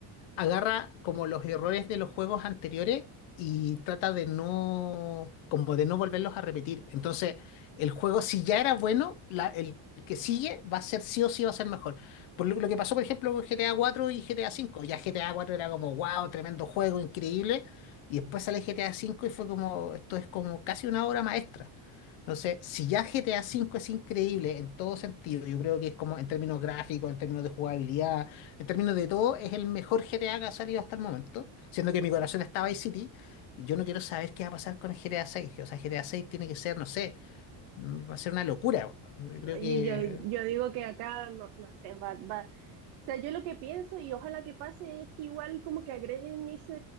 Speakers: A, on the left (about 75°); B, on the right (about 50°).
A: agarra como los errores de los juegos anteriores y trata de no, como de no volverlos a repetir. Entonces, el juego, si ya era bueno, la- el que sigue va a ser sí o sí va a ser mejor. Por lo, lo que pasó, por ejemplo, con GTA 4 y GTA 5. Ya GTA 4 era como, wow, tremendo juego, increíble. Y después sale GTA 5 y fue como, esto es como casi una obra maestra. Entonces, si ya GTA 5 es increíble en todo sentido, yo creo que es como en términos gráficos, en términos de jugabilidad, en términos de todo, es el mejor GTA que ha salido hasta el momento, siendo que mi corazón está Vice City. y Yo no quiero saber qué va a pasar con el GTA 6. O sea, GTA 6 tiene que ser, no sé, mm, va a ser una locura. weón.
B: Y
A: Yo creo que,
B: yo, yo digo que acá, no, no sé, va, va, sea, yo lo que pienso y ojalá que pase es que igual como que agreguen ese